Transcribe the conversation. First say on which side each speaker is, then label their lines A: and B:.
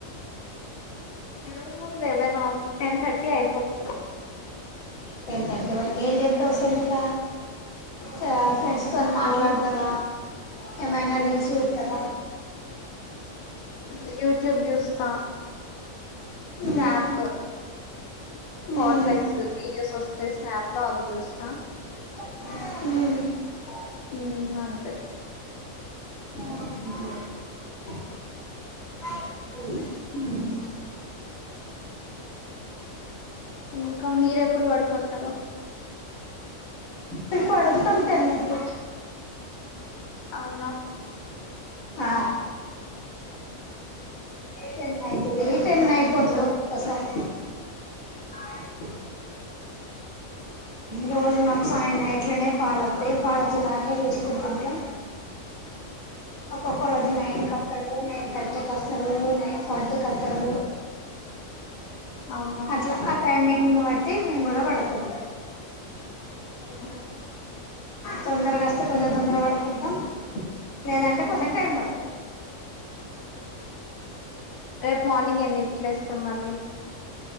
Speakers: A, on the left (about 55°); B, on the left (about 85°).
A: నేను లెవెన్ ఆన్ టెన్ థర్టీ అయిపోచ్చ
B: టెన్ థర్టీ వరకు ఏం చెప్తావుసలు ఇంగ సా ఫ్రెంస్ సన్
A: ఫోన్
B: మాట్లాడతావా, ఏమైనా రీల్స్ చేత్తవా?
A: ఉ యూట్యూబ్ చూస్తా స్నాప్,
B: ఉమ్
A: ఫట్లెట్స్
B: ఉమ్
A: వీడియోస్ వస్తే స్నాప్ లావి చూస్తా
B: మ్
A: ఉ అంతే
B: <unintelligible>
A: ఇంకా మీరెప్పుడు పడుకుంటారు?
B: మేం పడుకుంటాం టెన్ కి
A: అవునా
B: ఆ చెన్న్నాయి పోయి టెన్ ఆయి పోతది ఓకసారి అ రోజు మాకు సాయ్ నైట్లనే పాలత్తయ్ పాలోచ్చే దాకా చేసుకుంటుంటాం. ఒకొక్క రోజు నైన్ కి వస్తాడు. ఉమ్ నైన్ థర్టీ కి వస్తాడు, ఉ నైన్ ఫార్టీ కి వత్తాడు.
A: అవునా
B: అట్లా ఆ టైమింగ్ ను బట్టి మేము కూడా పడుకుంటాం.
A: ఉహ
B: తొందరగా వస్తే కొంచెం తొందర పడుకుంటాం. లేదంటే కొంచెం టైం పడుతది. అ
A: రేపు మార్నింగ్ ఎన్నింటికి లేస్తావ్ మళ్ళీ?